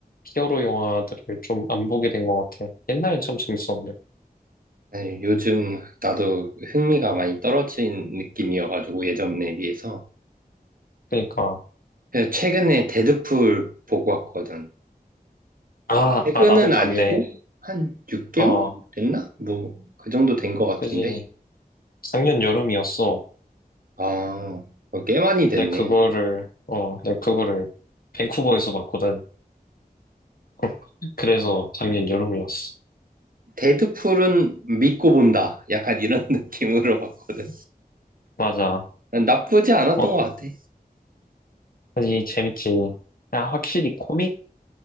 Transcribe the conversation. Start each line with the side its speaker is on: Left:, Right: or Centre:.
Left: 히어로 영화들을 좀 안 보게 된 것 같아 옛날엔 참 재밌었는데.
Right: 네, 요즘 나도 흥미가 많이 떨어진 느낌이어가지고 예전에 비해서
Left: 그러니까,
Right: 그래서 최근에 데드풀 보고 왔거든.
Left: 아,
Right: 최근은
Left: 아, 나도 봤네.
Right: 아니고 네. 한 6개월
Left: 어,
Right: 어, 됐나? 뭐 그 정도 된 것 같은데
Left: 그지. 작년 여름이었어.
Right: 아, 어, 꽤 많이 됐네.
Left: 내 그거를, 어, 내 그거를 밴쿠버에서 봤거든. <laughs> 그래서 작년 여름이었어.
Right: 데드풀은 믿고 본다. 약간 이런 <laughs> 느낌으로 봤거든.
Left: 맞아.
Right: 난 나쁘지 않았던
Left: 어,
Right: 것 같아.
Left: 그지, 재밌지. 야 확실히 코믹이